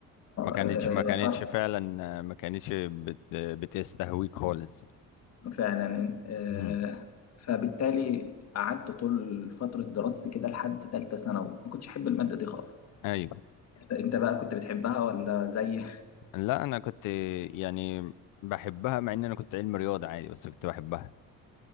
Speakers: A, on the left; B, on the left.
A: ما كانتش
B: آه،
A: ما كانتش
B: يا ترى
A: فعلا آه، ما كانتش بت بتستهويك خالص
B: فعلا آه،
A: مم.
B: فبالتالي قعدت طول فترة دراستي كده لحد تالتة ثانوي ما كنتش أحب المادة دي خالص
A: ايوه
B: أنت أنت بقى كنت بتحبها ولا زي
A: لا انا كنت يعني بحبها مع ان انا كنت علم رياضة عادي بس كنت بحبها